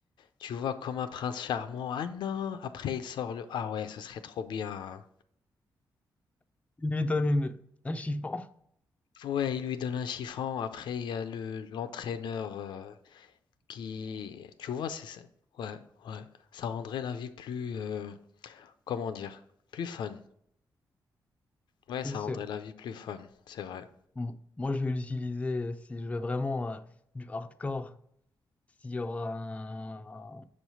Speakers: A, on the left; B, on the left.
A: tu vois, comme un prince charmant. Ah non! Après, il sort le... Ah ouais, ce serait trop bien. hein.
B: Lui donne une... un chiffon,
A: Ouais, il lui donne un chiffon. Après, il y a le, l'entraîneur, euh, qui... Tu vois, c'est... c'est- Ouais, ouais. Ça rendrait la vie plus... euh, comment dire? Plus fun. Ouais, ça
B: c'est sûr.
A: rendrait la vie plus fun, c'est vrai.
B: M- Moi, je vais l'utiliser euh, si je veux vraiment euh, du hardcore, s'il y aura un,